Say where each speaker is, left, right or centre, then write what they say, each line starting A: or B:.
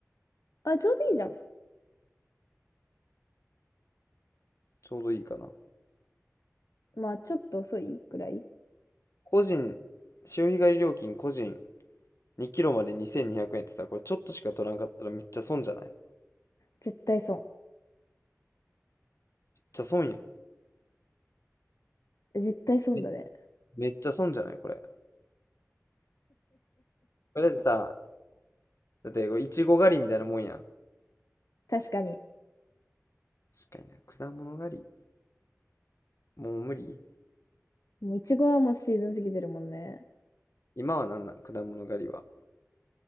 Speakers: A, on the left (about 85°); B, on the left (about 65°).
A: あ、ちょうどいいじゃん。
B: ちょうどいいかな。
A: まあ、ちょっと遅いぐらい。
B: 個人、潮干狩り料金個人2キロまで2200円ってさ、これちょっとしか取らんかったらめっちゃ損じゃない
A: 絶対損。
B: めっちゃ損やん。
A: 絶対損だね。
B: め、めっちゃ損じゃないこれ。これだってさ、だってこれいちご狩りみたいなもんやん。
A: 確かに。
B: 確かにな。果物狩り。もう無理。
A: もう、いちごはもうシーズン過ぎてるもんね。
B: 今はなんなん果物狩りは。